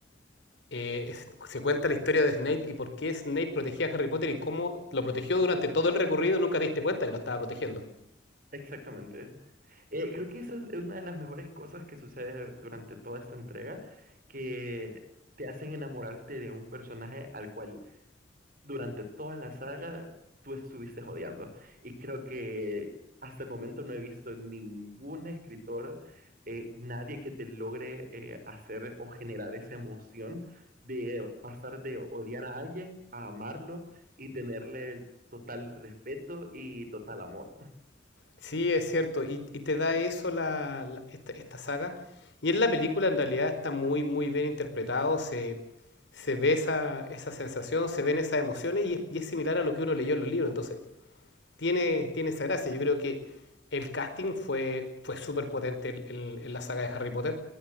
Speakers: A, on the left; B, on the right.
A: eh, es- se cuenta la historia de Snape y por qué Snape protegía a Harry Potter y cómo lo protegió durante todo el recorrido, nunca te diste cuenta que lo estaba protegiendo.
B: Exactamente. Eh, creo que esa es una de las mejores cosas que sucede durante toda esta entrega, que te hacen enamorarte de un personaje al cual durante toda la saga tú estuviste odiando. Y creo que hasta el momento no he visto ningún escritor, eh, nadie que te logre eh, hacer o generar esa emoción de pasar de odiar a alguien a amarlo y tenerle el total respeto y total amor.
A: Sí, es cierto, y, y te da eso la, la- esta, esta saga. Y en la película en realidad está muy, muy bien interpretado, se, se ve esa, esa sensación, se ven esas emociones y es, y es similar a lo que uno leyó en los libros. Entonces, tiene, tiene esa gracia. Yo creo que el casting fue, fue súper potente en, en- la saga de Harry Potter.